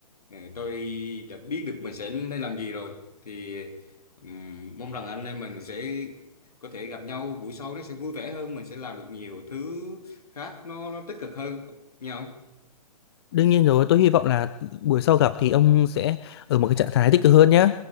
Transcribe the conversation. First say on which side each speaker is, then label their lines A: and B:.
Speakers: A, on the left (about 70°); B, on the left (about 40°).
A: ờ, tôi đã biết được mình sẽ nên làm gì rồi. Thì ừm, mong rằng anh em mình sẽ có thể gặp nhau buổi sau nó sẽ vui vẻ hơn, mình sẽ làm được nhiều thứ khác nó nó tích cực hơn nhau
B: Đương nhiên rồi, tôi hy vọng là buổi sau gặp thì ông sẽ ở một cái trạng thái tích cực hơn nhé.